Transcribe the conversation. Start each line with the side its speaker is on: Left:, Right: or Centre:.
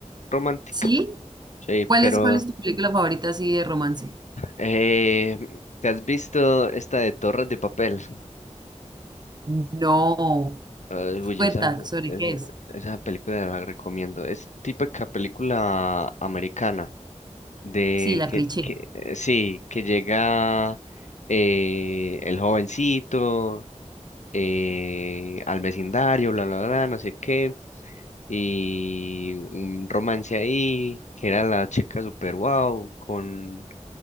Left: Romántica.
Right: ¿Sí?
Left: Sí,
Right: ¿Cuál
Left: pero
Right: es, cuál es tu película favorita así de romance?
Left: eh, ¿te has visto esta de Torres de Papel?
Right: No.
Left: Ay, uy,
Right: Cuenta,
Left: esa,
Right: ¿sobre
Left: esa,
Right: qué es?
Left: esa película la recomiendo. Es típica película americana de
Right: Sí, la
Left: que,
Right: cliché.
Left: que eh, sí, que llega eh, el jovencito eh, al vecindario, bla, bla, bla, no sé qué. y un romance ahí, que era la chica super wow, con,